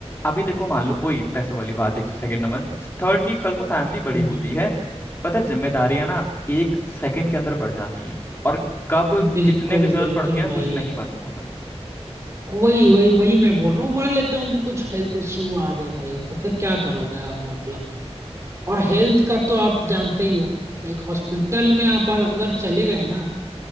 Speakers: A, on the left (about 20°); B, on the right (about 25°).
A: अभी देखो मान लो वही पैसों वाली बात एक सेकंड नंबर थर्ड की कल को फैमिली बड़ी
B: हम्म,
A: होती है पता है जिम्मेदारियां ना एक सेकंड के अंदर बढ़ जाती हैं और कब
B: बिल्कुल
A: कितने की जरूरत
B: बिल्कुल
A: पड़ती है ना कुछ
B: भाई
A: नहीं पता होता
B: वही वही वही मैं बोल रहा हूँ मान लेता हूँ कि कुछ हेल्थ इश्यू आ गए भाई तो फिर क्या करोगे आप मतलब और हेल्थ का तो आप जानते ही हो लाइक हॉस्पिटल में आप अगर चले गए ना